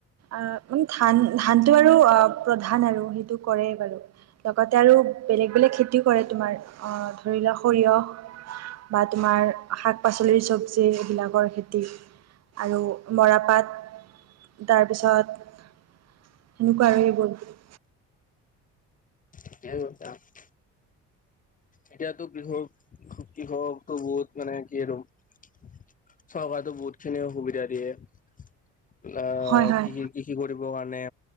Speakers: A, on the right; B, on the left.
A: অ', মান ধান ধানতটো আৰু অ', প্ৰধান আৰু সেইটো কৰেই বাৰু। লগতে আৰু বেলেগ বেলেগ খেতিও কৰে তোমাৰ ধৰি লোৱাক সৰিয়হ বা তোমাৰ শাক পাচলিৰ চব্জি এইবিলাকৰ খেতি আৰু মৰাপাট। তাৰপিছত সেনেকুৱা আৰু সেইবোৰ।
B: <unintelligible> এতিয়াতো কৃষক কৃষকটো বহুত মানে কি আৰু চৰকাৰেতো বহুত খিনি অসুবিধা দিয়ে আহ
A: হয় হয়
B: কি কৃষ কৰিব কাৰণে।